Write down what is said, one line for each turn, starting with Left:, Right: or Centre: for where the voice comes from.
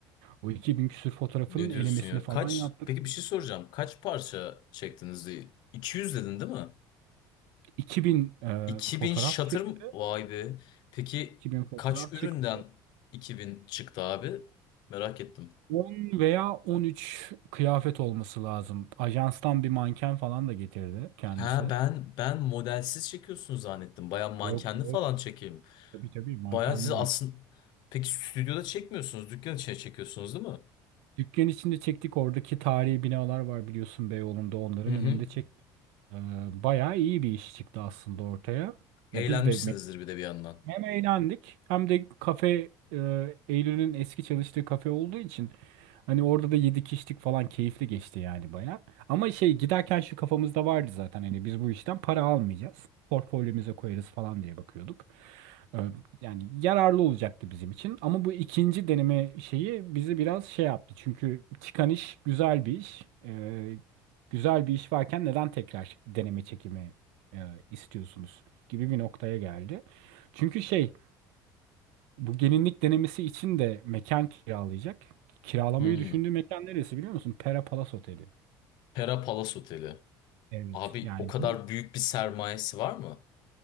Right: O 2000 küsür fotoğrafın
Left: Ne
Right: elemesini
Left: diyorsun ya?
Right: falan
Left: Kaç
Right: yaptık.
Left: peki bir şey soracağım. Kaç parça çektiniz? 200 dedin değil mi?
Right: 2000 e,
Left: 2000
Right: fotoğraf
Left: şatır
Right: çıktı.
Left: mı? Vay be. Peki
Right: 2000 fotoğraf
Left: kaç üründen
Right: çıktı.
Left: 2000 çıktı abi? Merak ettim.
Right: 10 veya 13 kıyafet olması lazım. Ajanstan bir manken falan da getirdi kendisi.
Left: Ha ben ben modelsiz çekiyorsun zannettim. Baya mankenli
Right: Yok yok.
Left: falan çekeyim.
Right: Tabii tabii mankenli
Left: Baya siz aslında
Right: bir.
Left: peki stüdyoda çekmiyorsunuz. Dükkan içine çekiyorsunuz değil mi?
Right: Dükkan içinde çektik. Oradaki tarihi binalar var biliyorsun Beyoğlu'nda. Onların
Left: Hı hı.
Right: önünde çektik. Ee, bayağı iyi bir iş çıktı aslında ortaya.
Left: Eğlenmişsinizdir
Right: Ya Biz de
Left: bir de bir yandan.
Right: Hem eğlendik hem de kafe e, Eylül'ün eski çalıştığı kafe olduğu için hani orada da yedik içtik falan keyifli geçti yani bayağı. Ama şey giderken şu kafamızda vardı zaten hani biz bu işten para almayacağız. Portfolyomuza koyarız falan diye bakıyorduk. E, yani yararlı olacaktı bizim için. Ama bu ikinci deneme şeyi bizi biraz şey yaptı. Çünkü çıkan iş güzel bir iş. E, güzel bir iş varken neden tekrar deneme çekimi e, istiyorsunuz gibi bir noktaya geldi. Çünkü şey bu gelinlik denemesi için de mekan kiralayacak. Kiralamayı
Left: Hı.
Right: düşündüğü mekan neresi biliyor musun? Pera Palace Oteli.
Left: Pera Palace Oteli.
Right: Evet.
Left: Abi
Right: Yani
Left: o kadar
Right: bir-
Left: büyük bir sermayesi var mı?